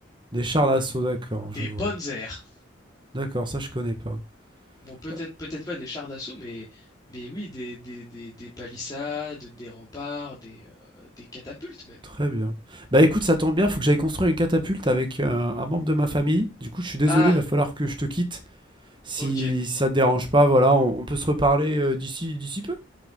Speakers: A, on the right (about 25°); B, on the left (about 20°).
A: Des chars d'assaut, d'accord,
B: des
A: je vois.
B: panzers.
A: D'accord, ça je connais pas.
B: Bon, peut-être
A: Euh,
B: peut-être pas des chars d'assaut, mais, mais oui, des, des, des, des palissades, des remparts, des, euh, des catapultes même.
A: Très bien. Bah écoute, ça tombe bien, faut que j'aille construire une catapulte avec euh, un membre de ma famille. Du coup, je suis désolé,
B: Ah,
A: va falloir que je te quitte. Si
B: ok.
A: ça te dérange pas, voilà, on, on peut se reparler euh, d'ici d'ici peu.